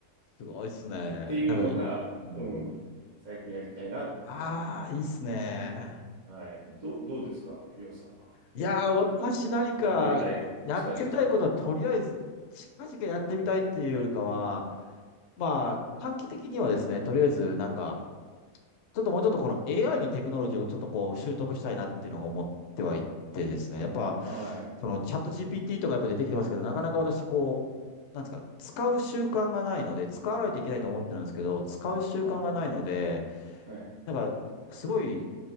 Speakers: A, on the left; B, on the right.
A: すごいっすね。
B: ていうのが、
A: なんかうん。
B: うん、最近やりたいなっていう。
A: ああ、いいっすね。
B: はい。どう、どうですか、りょうさんは。
A: いやー、私何かやってみたいことはとりあえず、
B: やってみたいこと、近々。
A: 近々やってみたいっていうよりかは、まあ、短期的にはですね、とりあえずなんか、ちょっともうちょっとこの AI のテクノロジーをちょっとこう習得したいなっていうのを思ってはいてですね、やっぱ、
B: はい。
A: そのチャット GPT とかやっぱ出てきてますけど、なかなか私こう、なんですか、使う習慣がないので、使わないといけないと思ってるんですけど、使う習慣がないので、
B: はい。はい。
A: なんか、すごい